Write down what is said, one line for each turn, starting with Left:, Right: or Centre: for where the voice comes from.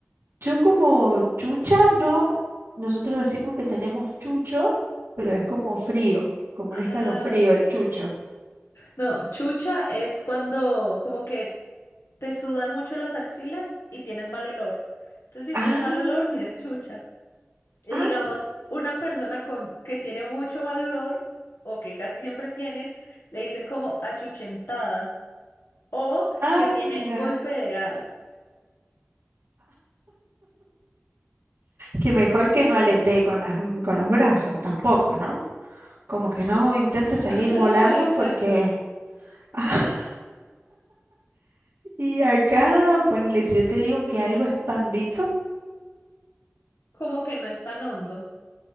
Right: Yo como chucha, no, nosotros decimos que tenemos chucho, pero es como frío, como
Left: Ah,
Right: un escalofrío
Left: ok.
Right: el chucho.
Left: No, chucha es cuando como que te sudan mucho las axilas y tienes mal olor. Entonces, si
Right: Ah,
Left: tienes mal olor, tienes chucha. Y
Right: ah,
Left: digamos, una persona con que tiene mucho mal olor o que casi siempre tienen, le dicen como achuchentada o
Right: ah,
Left: que tiene
Right: mira.
Left: golpe de ala.
Right: Que mejor que no aletee con las, m- con los brazos tampoco, ¿no? Como que no intente salir
Left: Ajá,
Right: volando
Left: exacto.
Right: porque... <laughs> y acá, ponele, si yo te digo que algo es pandito,
Left: Como que no es tan hondo.